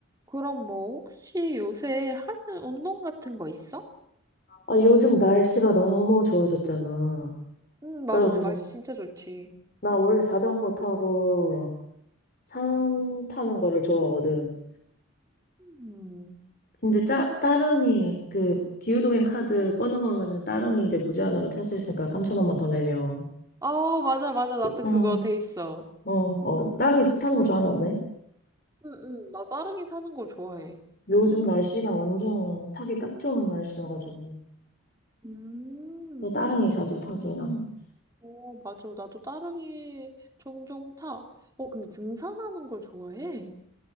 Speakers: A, on the right; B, on the left.
A: 그럼 뭐 혹시 요새 하는 운동 같은 거 있어?
B: 아, 요즘 날씨가 너무 좋아졌잖아.
A: 응 맞아.
B: 그래가지고,
A: 날씨 진짜 좋지.
B: 나 원래 자전거 타고 산 타는 거를 좋아하거든.
A: 음,
B: 근데 짜, 따릉이, 그, 기후동행 카드 꺼내놓으면은 따릉이 이제 무제한으로 탈 수 있으니까 3,000원만 더 내면.
A: 어, 맞아, 맞아. 나 또
B: 응,
A: 그거 돼 있어.
B: 어, 어, 따릉이 타는 거 좋아하나 보네.
A: 응, 응. 나 따릉이 타는 거 좋아해.
B: 요즘 날씨가 완전 타기 딱 좋은 날씨여가지고.
A: 음,
B: 또 따릉이 자주 타지, 난.
A: 어, 맞아. 나도 따릉이 종종 타. 어, 근데 등산하는 걸 좋아해?